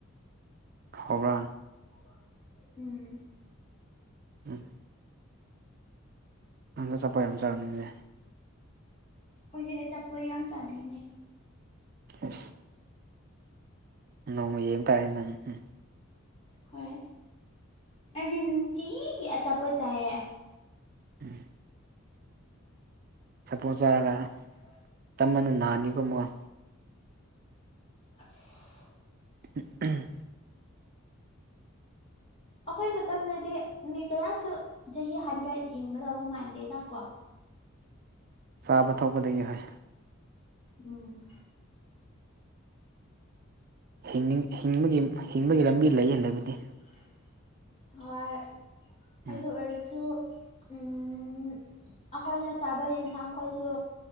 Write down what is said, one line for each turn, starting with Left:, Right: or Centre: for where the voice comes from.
Right: ꯍꯥꯎꯕ꯭ꯔꯥ
Left: ꯑꯁ ꯎꯝ
Right: <unintelligible> ꯅꯪꯖꯨ ꯑꯆꯥꯄꯣꯠ ꯌꯥꯝ ꯆꯥꯕ ꯃꯤꯅꯤꯅꯦ
Left: ꯍꯣꯢꯗꯤ ꯑꯆꯥꯄꯣꯠ ꯌꯥꯝ ꯆꯥꯕꯤꯅꯦ
Right: ꯑꯁ ꯅꯣꯡꯃ ꯌꯦꯡꯕ ꯇꯥꯔꯦ ꯅꯪ ꯎꯪ
Left: ꯍꯣꯏ ꯑꯩꯗꯤ ꯅꯨꯡꯇꯤꯒꯤ ꯑꯆꯥꯄꯣꯠ ꯆꯥꯏꯌꯦ
Right: ꯎꯝ ꯁꯥꯄꯣꯠ ꯆꯥꯔꯒ
Left: ꯁꯤꯠꯂꯥꯏꯝ
Right: ꯆꯃꯟꯅ ꯅꯥꯅꯤꯀꯣ ꯃꯨꯛ
Left: ꯑꯁ
Right: <unintelligible>
Left: ꯑꯈꯣꯏ ꯃꯇꯝꯗꯗꯤ ꯃꯤ ꯀꯅꯥꯁꯨ ꯆꯍꯤ ꯍꯟꯗ꯭ꯔꯦꯠ ꯍꯤꯡꯒꯗꯕ ꯃꯥꯟꯗꯦꯗꯀꯣ
Right: ꯆꯥꯕ ꯊꯣꯛꯄꯗꯒꯤ ꯍꯣꯏ
Left: ꯎꯝ
Right: ꯍꯤꯡꯅꯤꯡ ꯍꯤꯡꯕꯒꯤ ꯍꯤꯡꯕꯒꯤ ꯂꯝꯕꯤ ꯂꯩꯌꯦ
Left: ꯍꯤꯡꯕꯒꯤ
Right: ꯂꯩꯕꯗꯤ
Left: ꯂꯝꯕꯤ ꯂꯩꯌꯦ ꯍꯣꯏ
Right: ꯎꯝ
Left: ꯑꯗꯨ ꯑꯣꯏꯔꯁꯨ ꯎꯝ ꯑꯈꯣꯏꯅ ꯆꯥꯕ ꯌꯦꯟꯁꯥꯡꯈꯣꯏꯁꯨ